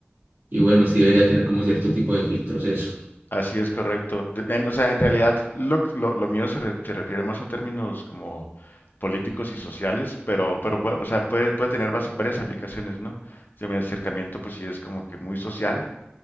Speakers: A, on the right; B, on the left.
A: y bueno, sí debería tener como cierto tipo de filtros eso.
B: Así es correcto. De- en- o sea, en realidad lo, lo- lo mío se, re- se refiere más a términos como políticos y sociales, pero, pero puede, o sea, puede, puede tener vas- varias aplicaciones, ¿no? Yo, mi acercamiento, pues sí es como que muy social,